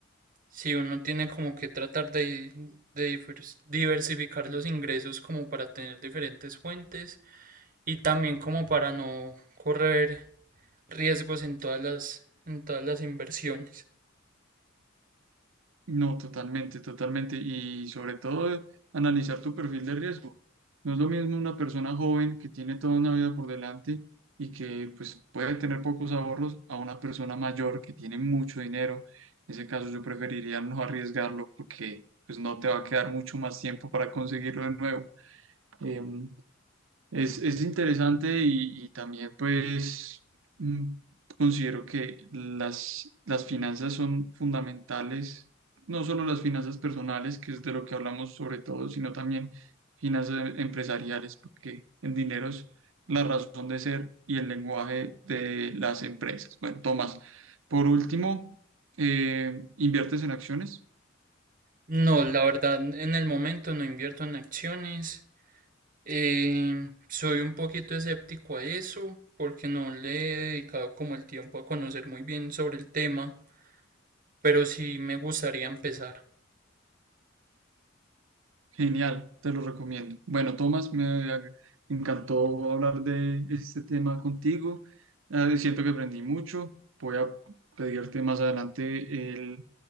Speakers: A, on the right; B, on the right.
A: Si uno tiene como que tratar de, de divers- diversificar los ingresos como para tener diferentes fuentes y también como para no correr riesgos en todas las, en todas las inversiones.
B: No, totalmente, totalmente. Y sobre todo, analizar tu perfil de riesgo. No es lo mismo una persona joven que tiene toda una vida por delante y que pues, puede tener pocos ahorros a una persona mayor que tiene mucho dinero. En ese caso, yo preferiría no arriesgarlo porque pues, no te va a quedar mucho más tiempo para conseguirlo de nuevo. Em, es, es interesante y, y también pues mm, considero que las, las finanzas son fundamentales, no solo las finanzas personales, que es de lo que hablamos sobre todo, sino también finanzas empresariales, porque el dinero es la razón de ser y el lenguaje de las empresas. Bueno, Tomás, por último, eh, ¿inviertes en acciones?
A: No, la verdad, en el momento no invierto en acciones. eh, soy un poquito escéptico a eso porque no le he dedicado como el tiempo a conocer muy bien sobre el tema, pero sí me gustaría empezar.
B: Genial, te lo recomiendo. Bueno, Tomás, me ag- encantó hablar de este tema contigo. Eh, siento que aprendí mucho. Voy a pedirte más adelante el-